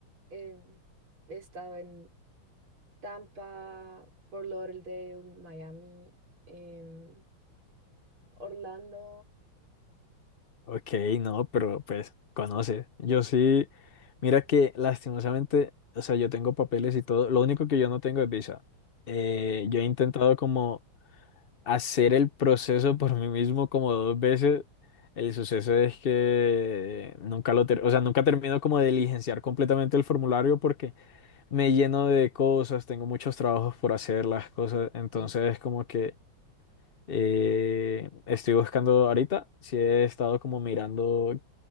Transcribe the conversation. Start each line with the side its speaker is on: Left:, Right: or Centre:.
Right: Eh, he estado en Tampa, Fort Lauderdale, Miami, em, Orlando.
Left: Ok, no, pero pues conoce. Yo sí, mira que lastimosamente, o sea, yo tengo papeles y todo. Lo único que yo no tengo es visa. Eh, yo he intentado como hacer el proceso por mí mismo como dos veces. El suceso es que nunca lo, ter- o sea, nunca termino como de diligenciar completamente el formulario porque me lleno de cosas, tengo muchos trabajos por hacer las cosas, entonces
Right: Sí.
Left: como que eh, estoy buscando ahorita, si he estado como mirando